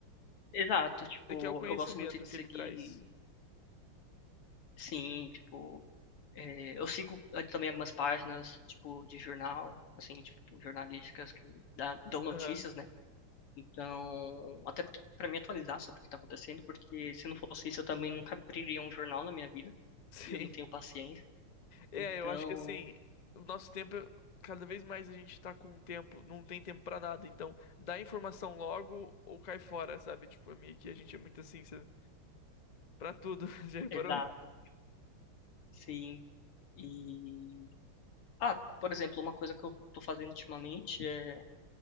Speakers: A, on the left (about 85°); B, on the left (about 45°).
A: Exato, tipo,
B: Você quer o conhecimento
A: eu gosto muito de
B: que
A: seguir,
B: ele traz.
A: sim, tipo... É, eu sigo eh, também algumas páginas, tipo, de jornal, assim, tipo, jornalísticas que dá- dão notícias,
B: Aham.
A: né? Então, até para me atualizar sobre o que tá acontecendo, porque se não fosse isso, eu também nunca abriria um jornal na minha vida,
B: <laughs> Sim.
A: e eu não tenho paciência.
B: É,
A: Então,
B: eu acho que assim, o nosso tempo, cada vez mais a gente tá com tempo, não tem tempo pra nada, então dá informação logo ou cai fora, sabe? Tipo, é meio que a gente é muito assim, sabe? Pra tudo, <laughs> já reparou?
A: exato, sim. E, ah, por exemplo, uma coisa que eu tô fazendo ultimamente é,